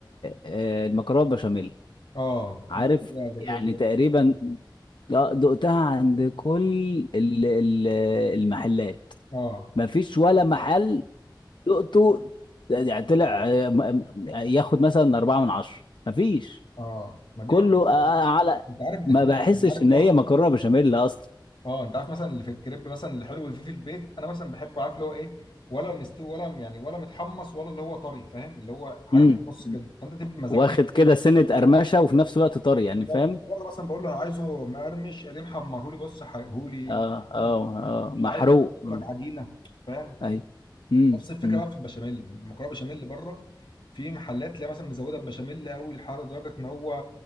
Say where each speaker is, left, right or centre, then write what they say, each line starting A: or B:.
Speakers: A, on the left; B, on the left.
A: آه، المكرونه بشاميل
B: اه
A: عارف
B: دي لا، ده
A: يعني
B: جاي-
A: تقريبا لا، دقتها عند كل ال- ال- المحلات
B: اه
A: ما فيش ولا محل دقته يعني طلع آه، م- م- ياخد مثلا أربعة من عشرة ما فيش
B: اه ما دي
A: كله
B: برضه لسه
A: أ- أ-
B: في-
A: على
B: انت عارف بتختلف
A: ما بحسش
B: يعني عارف
A: إن
B: برضه
A: هي مكرونة بشاميل أصلا
B: اه انت عارف مثلا اللي في الكريب مثلا الحلو اللي فيه في البيت انا مثلا بحبه عارف اللي هو ايه ولا مستوي ولا يعني ولا متحمص ولا اللي هو طري فاهم اللي هو حاجه
A: امم
B: في النص كده فانت تبقى بمزاجك
A: واخد كده سنة قرمشة وفي نفس الوقت طري يعني
B: بالظبط
A: فاهم
B: أنا بره مثلا بقول له انا عايزه مقرمش قال لي محمرهولي بص حرقهولي
A: اه
B: مثلاً
A: اه
B: مش
A: اه محروق
B: عايز يقول
A: أمم.
B: لك عجينه فاهم
A: أي امم
B: نفس الفكره بقى في البشاميل المكرونه بشاميل بره في محلات تلاقي مثلا مزوده البشاميل قوي الحر لدرجه ان هو